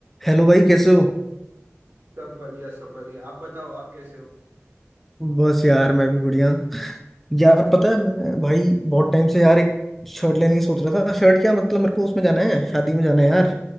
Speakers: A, in the centre; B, on the right (about 60°).
A: Hello भाई कैसे हो
B: सब बढ़िया सब बढ़िया आप बताओ आप कैसे हो
A: बस यार मैं भी बढ़िया यार पता है मैं भाई बहुत टाइम से यार एक शर्ट लेने की सोच रहा था शर्ट क्या मतलब मेरे को उसमें जाना है शादी में जाना है यार